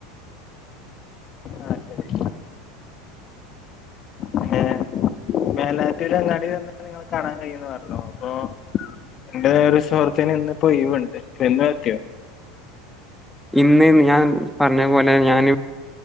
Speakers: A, on the left; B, in the centre.
A: ആ ശരി അങ്ങെ മേലാറ്റുര് അങ്ങാടി വന്ന് നിങ്ങ കാണാൻ കഴിയന്ന് പറല്ലോ അപ്പൊ എന്റെ ഒരു സുഹൃത്തിന് ഒഴിവുണ്ട് അപ്പൊ ഇന്ന് പറ്റോ
B: ഇന്ന് ഞാൻ പറഞ്ഞ പോലെ ഞാൻ